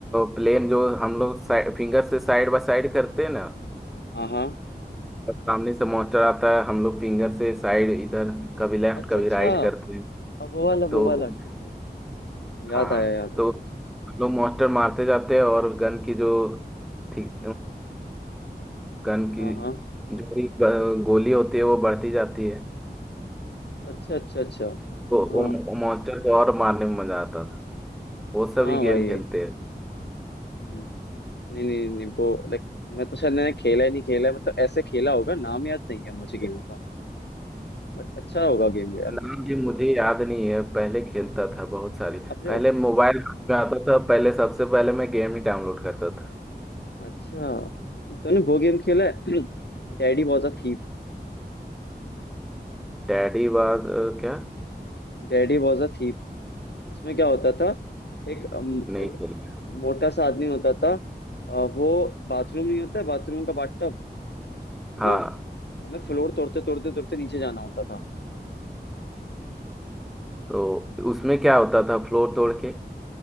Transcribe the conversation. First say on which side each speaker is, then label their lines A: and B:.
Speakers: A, in the centre; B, on the left (about 80°).
A: प्लेन जो हम लोग फिंगर से साइड बाय साइड करते हैं ना
B: हाँ हाँ
A: और सामने से मॉन्स्टर आता है हम लोग फिंगर से साइड इधर कभी लेफ्ट
B: अच्छा
A: कभी
B: अच्छा
A: राइट करते हैं
B: अब वो वाला
A: तो
B: वो वाला
A: उस-
B: ठीक है याद
A: हाँ
B: आया याद आया
A: तो
B: मुझे
A: हम लोग मॉन्स्टर मारते जाते हैं और गन की जो ठीक गन की
B: हाँ हाँ
A: जो भी ग- गोली होती है वो बढ़ती जाती है
B: अच्छा अच्छा अच्छा
A: तो
B: हाँ
A: वो मॉन्स्टर को और मारने में मजा आता था वो सभी
B: हाँ भाई
A: गेम खेलते हैं
B: हम्म, नहीं नहीं नहीं वो लाइक मैं तो शायद मैंने खेला ही नहीं खेला है मतलब ऐसे खेला होगा नाम याद नहीं है मुझे गेम का बट अच्छा होगा गेम वो यार वो
A: नाम भी मुझे याद नहीं है पहले खेलता था बहुत सारी
B: अपने
A: पहले मोबाइल हाथ में आता था पहले सबसे पहले मैं गेम ही डाउनलोड करता था
B: अच्छा ये तूने वो गेम खेला है <clears throat> Daddy was a thief
A: डैडी बाद अ, क्या
B: Daddy was a thief उसमें क्या होता था एक अम,
A: इतने
B: एक
A: ही खेले
B: मोटा सा आदमी होता था अ, वो बाथरूम नहीं होता है बाथरूम का बाथटब
A: हाँ
B: है ना हमें फ्लोर तोड़ते तोड़ते तोड़ते नीचे जाना होता था
A: तो उसमें क्या होता था फ्लोर तोड़ के